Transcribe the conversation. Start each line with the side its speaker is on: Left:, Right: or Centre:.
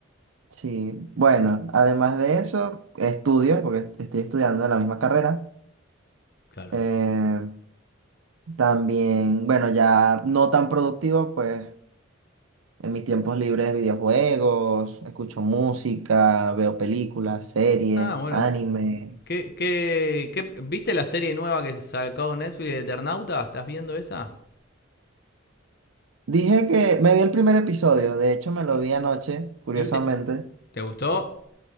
Right: Sí, bueno, además de eso, estudio, porque estoy estudiando la misma carrera.
Left: claro.
Right: Eh, también, bueno, ya no tan productivo, pues. En mis tiempos libres, videojuegos, escucho música, veo películas, series,
Left: Ah, bueno,
Right: anime.
Left: ¿qué, qué, qué- viste la serie nueva que sacó Netflix de Eternauta? ¿Estás viendo esa?
Right: Dije que me vi el primer episodio, de hecho me lo
Left: ¿Y,
Right: vi anoche, curiosamente.
Left: y te, te gustó?